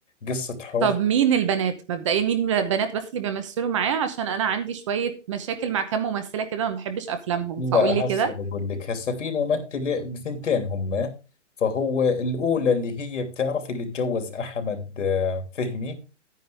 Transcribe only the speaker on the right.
طب مين البنات مبدئيا مين البنات بس اللي بيمثلوا معاه عشان أنا عندي شوية مشاكل مع كام ممثلة كده ما بحبش أفلامهم
فقول لي كده